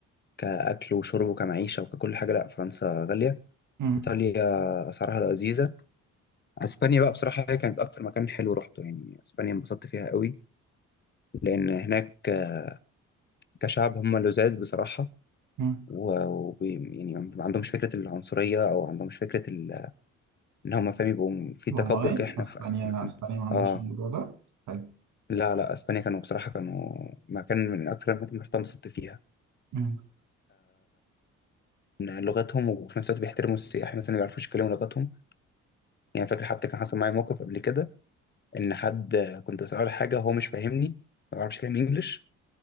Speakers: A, on the left (about 35°); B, on the right (about 75°).
A: كاكل وشرب وكمعيشه وككل حاجه لا فرنسا غاليه
B: مم.
A: ايطاليا اسعارها لذيذه اسبانيا بقى بصراحه هي كانت اكتر مكان حلو رحته يعني اسبانيا انبسطت فيها قوي لان هناك آه، كشعب هم لذاذ بصراحه
B: مم.
A: و وبي- يعني ما عندهمش فكره العنصريه او عندهمش فكره ال- ان هم فاهم يبقوا في
B: والله
A: تكبر كده احنا
B: اسبانيا
A: ف- مثلا
B: اسبانيا ما عندوش
A: اه
B: الموضوع ده حلو
A: لا لا اسبانيا كانوا بصراحه كانوا مكان من اكثر الاماكن اللي رحتها انبسطت فيها
B: مم.
A: من لغتهم وفي نفس الوقت بيحترموا السياح مثلا اللي ما بيعرفوش يتكلموا لغتهم يعني فاكر حتى كان حصل معايا موقف قبل كده ان حد كنت بساله على حاجه هو مش فاهمني ما بيعرفش يتكلم انجلش